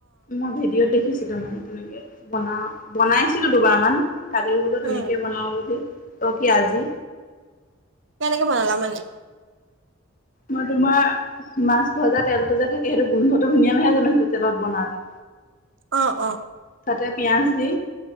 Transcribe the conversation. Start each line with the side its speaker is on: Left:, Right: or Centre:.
Left: মই ভিডিঅ'ত দেখ শিকিছিলো মানে তেনেকে বনা বনাইছিলো দুবাৰ মান কালি বোলো তেনেকেই
Right: উম
Left: বনাও বুলি। অ কি আজি।
Right: কেনেকে বনালা মানে?
Left: মই তোমাৰ মাছ ভজা তেলতটো যে থাকে সেইটো গোন্ধটো ধুনীয়া নহয় জানো সেইটো তেলত বনালো।
Right: অ অ।
Left: তাতে পিঁয়াজ দি